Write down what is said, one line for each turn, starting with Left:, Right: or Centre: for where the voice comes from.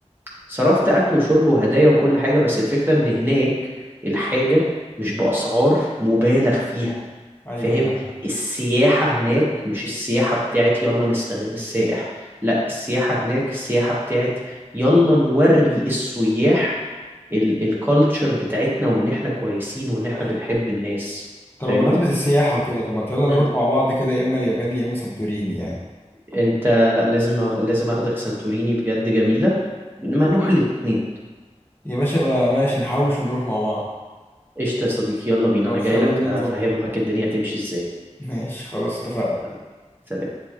Right: صرفت أكل وشرب وهدايا وكل حاجة بس الفكرة إن هناك الحاجة مش بأسعار مبالغ فيها
Left: ايوه
Right: فاهم
Left: فاهم
Right: السياحة هناك مش السياحة بتاعت يلا نستغل السائح لا السياحة هناك السياحة بتاعت يلا نوري السياح ال- الكالتشر بتاعتنا وان احنا كويسين وان احنا
Left: ايوه
Right: بنحب الناس
Left: طب
Right: فاهمني
Left: بمناسبة السياحة وكده طب ما يلا
Right: مم.
Left: نروح مع بعض كده يا اما اليابان يا اما سانتوريني يعني
Right: انت لا لازم أخ- لازم اخدك سانتوريني بجد جميلة ما نروح الاتنين
Left: يا باشا بقى ماشي نحوش ونروح مع بعض
Right: قشطة يا صديقي يلا بينا
Left: خلاص
Right: انا جاي
Left: يلا
Right: لك
Left: بينا
Right: افهمك
Left: نظبط
Right: الدنيا هتمشي ازاي
Left: ماشي خلاص اتفقنا
Right: يلا سلام